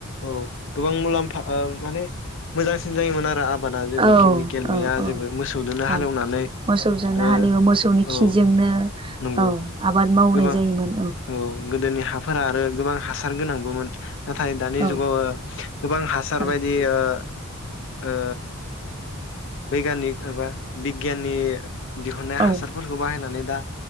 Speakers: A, on the left; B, on the right.
A: औ गोबां मुलाम्फा ओउ माने मोजांसिन जायोमोन आरो आ आबादा जेबो
B: औ
A: केमिकल गैया
B: औ औ
A: जेबो मोसौदोनो हालेवनानै
B: औ मोसौजोंनो
A: ओ
B: हालेवो मोसौनि
A: औ
B: खिजोंनो
A: नंगौ
B: औ आबाद मावनाय
A: गोबां
B: जायोमोन
A: औ गोदोनि हा आरो गोबां हार गोनांबोमोन नाथाय दानि
B: औ
A: जुगाव गोबां हासार
B: औ
A: बायदि ओ ओ बैगानिक माबा बिगियाननि दिहुनन्नाय
B: औ
A: हासारफोरखौ बाहायनानै दा